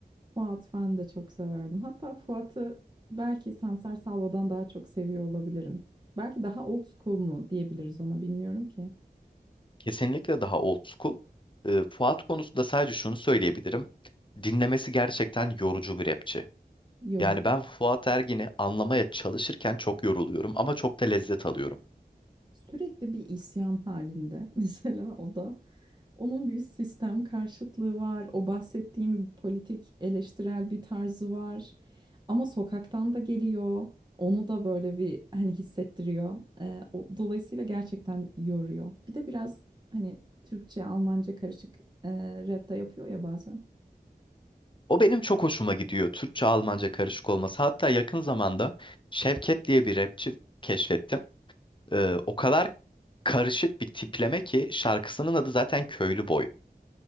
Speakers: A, on the right; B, on the left.
A: Fuat ben de çok severdim. Hatta Fuat'ı belki Sanser Salvo'dan daha çok seviyor olabilirim. Belki daha old school mu diyebiliriz ona bilmiyorum ki.
B: Kesinlikle daha old school. E, Fuat konusunda sadece şunu söyleyebilirim. Dinlemesi gerçekten yorucu bir rapçi.
A: Yorucu.
B: Yani ben Fuat Ergin'i anlamaya çalışırken çok yoruluyorum ama çok da lezzet alıyorum.
A: Sürekli bir isyan halinde <laughs> mesela o da. Onun bir sistem karşıtlığı var. O bahsettiğim politik eleştirel bir tarzı var. Ama sokaktan da geliyor. Onu da böyle bir hani hissettiriyor. Ee, o, dolayısıyla gerçekten yoruyor. Bir de biraz hani Türkçe, Almanca karışık e, rap de yapıyor ya bazen.
B: O benim çok hoşuma gidiyor. Türkçe Almanca karışık olması. Hatta yakın zamanda Şevket diye bir rapçi keşfettim. Ee, o kadar karışık bir tipleme ki şarkısının adı zaten Köylü Boy.